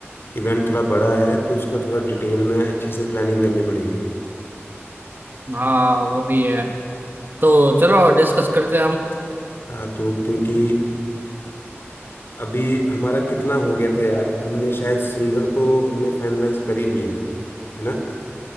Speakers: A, on the left; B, on the right.
A: इवेंट थोड़ा बड़ा है तो उसका थोड़ा डिटेल में अच्छे से प्लानिंग करनी पड़ेगी
B: हाँ वो भी है तो चलो डिस्कस करते हैं हम
A: हाँ तो क्योंकि अभी हमारा कितना हो गया था यार हमने शायद सिंगर तो हमने फाइनलाइज कर ही लिया है है ना